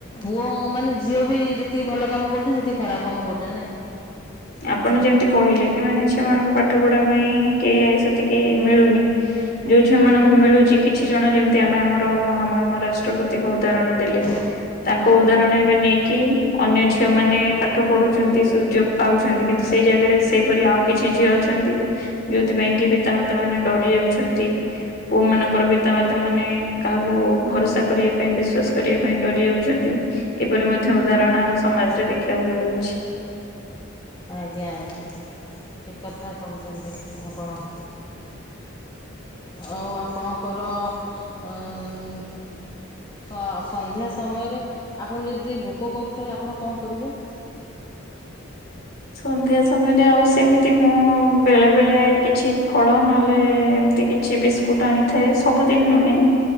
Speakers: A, on the left; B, on the left.
A: ପୁଅ ମାନେ ଝିଅ ବି ଯେତିକି ଭଲ କାମ କରୁଛନ୍ତି ସେତିକି ଖରାପ କାମ କରୁଛନ୍ତି ନାଇଁ।
B: ଆପଣ ଯେମିତି କହିଲେ କି ମାନେ ଝିଅ ମାନଙ୍କୁ ପାଠ ପଢା ପାଇଁ କି ସେତିକି ମିଳୁନି। ଯୋଉ ଝିଅ ମାନଙ୍କୁ ମିଳୁଛି କିଛି ଜଣ ଯେମିତି ଆମେ ଆମର ମହାମହିମ ରାଷ୍ଟ୍ରପତିଙ୍କ ଉଦାହରଣ ଦେଲେ।
A: <inaudible>
B: ତାଙ୍କ ଉଦାହରଣ ଏବେ ନେଇକି ଅନ୍ୟ ଝିଅ ମାନେ ପାଠ ପଢୁଛନ୍ତି ସୂଜୋ ପାଉଛନ୍ତି କିନ୍ତୁ ସେଇ ଜାଗାରେ ସେଇପରି ଆଉ କିଛି ଝିଅ ଅଛନ୍ତି ଯୋଉଥିପାଇଁ କି ପିତାମାତା ମାନେ ଡରି ଯାଉଛନ୍ତି। ପୁଅ ମାନଙ୍କର ପିତାମାତା ମାନେ କାହାକୁ ଭରସା କରିବା ପାଇଁ ବିଶ୍ୱାସ କରିବା ପାଇଁ ଡରି ଯାଉଛନ୍ତି। ଏପରି ମଧ୍ୟ ଉଦାହରଣ ଆମ ସମାଜରେ ଦେଖିବାକୁ ମିଳୁଛି।
A: ଆଜ୍ଞା ଆଜ୍ଞା ଠିକ କଥା କହିଛନ୍ତି ଆପଣ। ଆଉ ଆପଣଙ୍କର ଅଁ ସ ସନ୍ଧ୍ୟା ସମୟରେ ଆପଣଙ୍କୁ ଯଦି ଭୋକ କରୁଥାଏ ଆପଣ କଣ କରିବେ?
B: ସନ୍ଧ୍ୟା ସମୟରେ ଆଉ ସେମିତି ମୁଁ ବେଳେ ବେଳେ କିଛି ଫଳ ନହେଲେ ଏମିତି କି କିଛି ବିସ୍କୁଟ ଆଣିଥାଏ ସବୁଦିନ ନୁହେଁ।